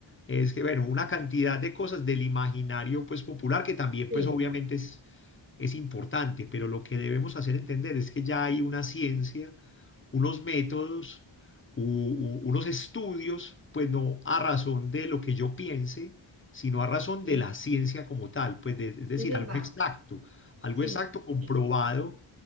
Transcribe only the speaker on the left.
es que, bueno, una cantidad de cosas del imaginario pues popular que también
pues obviamente es, es importante, pero lo que debemos hacer entender es que ya hay una ciencia, unos métodos, u- u- unos estudios, pues no a razón de lo que yo piense, sino a razón
de la ciencia como tal, pues de- es decir,
algo exacto, algo
exacto comprobado